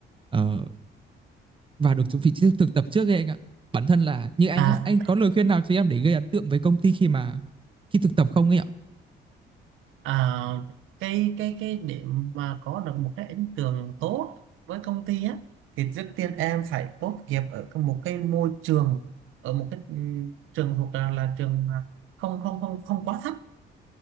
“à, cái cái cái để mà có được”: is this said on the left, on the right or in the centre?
Right